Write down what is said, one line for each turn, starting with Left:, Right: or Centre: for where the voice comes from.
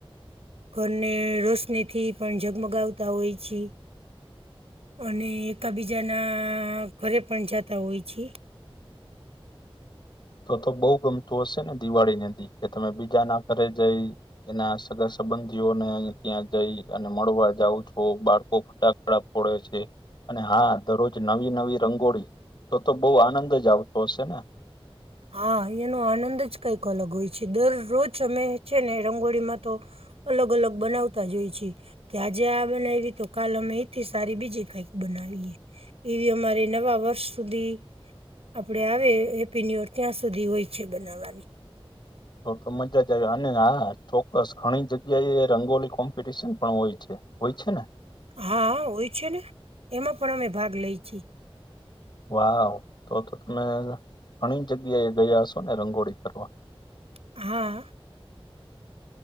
Right: ઘરને રોશની થી પણ જગમગાવતા હોય છે અને એકાબીજાના ઘરે પણ જાતા હોય છે
Left: તો તો બહુ ગમતું હશે ને દિવાળી નદી કે તમે બીજા ના કરરે જઈ એના સગા સંબંધીઓને અહી ત્યાં જઈ અને મળવા જાઉં છો બાળકો ફટાક ફોડ્યો છે અને હા દરરોજ નવી નવી રંગોળી તો તો બઉુ આનંદ જ આવતો હશે ને?
Right: હા એનો આનંદ જ કંઈક અલગ હોય છે, દરરોજ અમે છે ને રંગોળીમાં તો અલગ અલગ બનાવતા જોઈ છે. કે આજે આ બનાવી તો કાલ અમે એથી સારી બીજી કંઈક બનાવીએ. એવી અમારે નવા વર્ષ સુધી આપડે આવે હેપી ન્યૂ ત્યાં સુધી હોય છે, બનાવવાની.
Left: તો તો મજા જ આવી અને હા ચોક્કસ ઘણી જગ્યા એ રંગોલી કોમ્પિટિશન પણ હોય છે. હોઈ છે ને.
Right: હા હોય છે, ને એમાં પણ અમે ભાગ લઈ છીએ
Left: વાહ તો તો તમે ઘણી જગ્યાએ ગયા હસો ને રંગોળી કરવા.
Right: હા.